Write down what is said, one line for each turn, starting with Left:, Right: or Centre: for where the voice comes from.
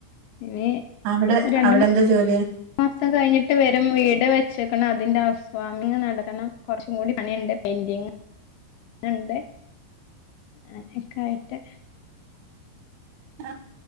Left: ഇനി
Right: അവിടെ
Left: രണ്ട്
Right: അവിടെ എന്താ ജോലി?
Left: മാസം കഴിഞ്ഞിട്ട് വരും വീട് വെച്ചക്കണ് അതിന്റെ ഹൗസ് വാമിംഗ് നടത്തണം കുറച്ചും കൂടി പണിയുണ്ട് പെയിന്റിങ് ണ്ട് അങ്ങനക്കെ ആയിട്ട്
Right: ആ